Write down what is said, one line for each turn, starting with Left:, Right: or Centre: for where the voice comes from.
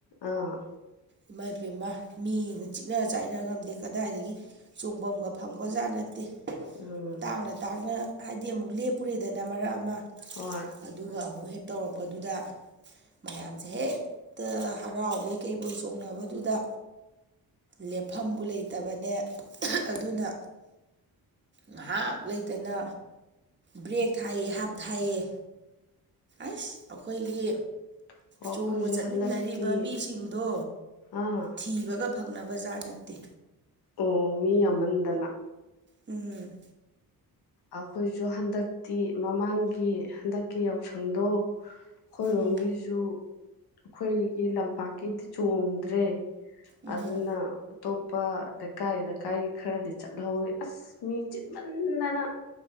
Left: ꯑꯥ
Right: ꯏꯃꯥ ꯏꯕꯄꯥꯃ ꯃꯤꯅ ꯆꯤꯛꯅ ꯆꯥꯏꯅ ꯉꯝꯗꯦ ꯀꯗꯥꯏꯗꯒꯤ ꯆꯣꯡꯐꯝꯝꯒ ꯐꯪꯕꯖꯥꯠ ꯅꯠꯇꯦ
Left: ꯎꯝ
Right: ꯇꯥꯡꯅ ꯇꯥꯡꯅ ꯍꯥꯏꯗꯤ ꯑꯃꯨꯛ ꯂꯦꯞꯄꯨꯔꯦꯗꯅ ꯃꯔꯛ ꯑꯃ
Left: ꯍꯣꯏ ꯑꯣ
Right: ꯑꯗꯨꯒ ꯑꯃꯨꯛ ꯍꯦꯛ ꯇꯧꯔꯛꯄꯗꯨꯗ ꯃꯌꯥꯝꯁꯦ ꯍꯦꯛꯇ ꯍꯔꯥꯎꯕꯣꯏ ꯀꯩꯕꯣꯏ ꯆꯣꯡꯅꯕꯗꯨꯗ ꯂꯦꯞꯐꯝꯕꯨ ꯂꯩ ꯐꯠꯇꯕꯅꯦ ꯑꯗꯨꯅ ꯉꯍꯥꯛ ꯂꯩꯇꯅ ꯕ꯭ꯔꯦꯛ ꯊꯥꯏꯌꯦ ꯍꯥꯞ ꯊꯥꯏꯌꯦ ꯑꯁ ꯑꯈꯣꯏꯒꯤ
Left: ꯑꯩꯈꯣꯏꯁꯨ
Right: ꯆꯣꯡꯕ ꯆꯠꯃꯤꯟꯅꯔꯤꯕ
Left: ꯍꯟꯗꯛꯇꯤ
Right: ꯃꯤꯁꯤꯡꯗꯣ
Left: ꯑꯥ
Right: ꯊꯤꯕꯒ ꯐꯪꯅꯝ ꯕꯖꯥ ꯅꯠꯇꯦ
Left: ꯑꯣ ꯃꯤ ꯌꯥꯃꯟꯗꯅ
Right: ꯎꯝ
Left: ꯑꯛ ꯑꯈꯣꯏꯁꯨ ꯍꯟꯗꯛꯇꯤ ꯃꯃꯥꯡꯒꯤ ꯍꯟꯗꯛ ꯀꯤ ꯌꯥꯥꯎꯁ ꯈꯪꯗꯣ ꯈꯣꯏꯔꯣꯝꯒꯤꯁꯨ
Right: ꯎꯝ
Left: ꯑꯈꯣꯏꯒꯤ ꯂꯝꯄꯥꯛꯀꯤ ꯗꯤ ꯆꯣꯡꯗ꯭ꯔꯦ
Right: ꯎꯝ
Left: ꯑꯗꯨꯅ ꯑꯇꯣꯞꯄ ꯀꯥꯏꯗ ꯀꯥꯏꯒꯤ ꯈꯔꯗꯤ ꯆꯠꯍꯧꯋꯤ ꯑꯁ ꯃꯤ ꯆꯤꯟꯃꯟꯅꯅ